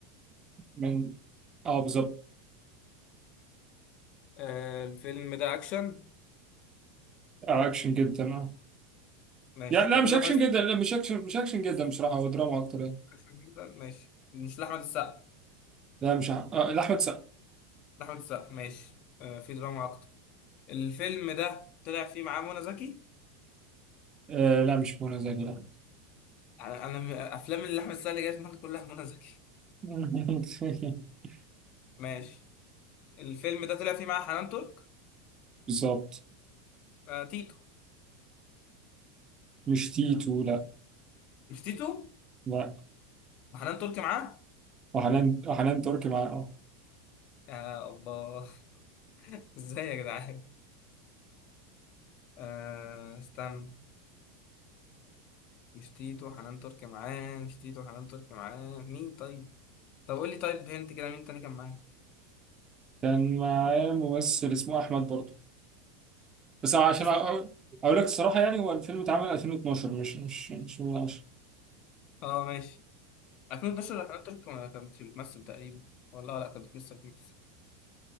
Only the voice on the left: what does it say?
آه، الفيلم ده اكشن
ماشي
الفيلم
ده
لاحمد
السقا جداً؟ ماشي مش لاحمد السقا
لاحمد السقا ماشي آه، في دراما اكتر الفيلم ده طلع فيه معاه منى زكي
انا أنا م- افلام اللي احمد السقا اللي جايه في دماغي كلها منى زكي
ماشي الفيلم ده طلع فيه معاه حنان ترك
آه، تيتو
مش تيتو
وحنان ترك معاه
يا الله <laughs> ازاي يا جدعان آه، استنى مش تيتو حنان ترك معاه مش تيتو حنان ترك معاه مين طيب طب قول لي طيب هنت كده مين تاني كان معايا
اسمه
احمد
اه ماشي 2012 حنان ترك ما كانت بتمثل تقريبا والله لا كانت بتمثل فيه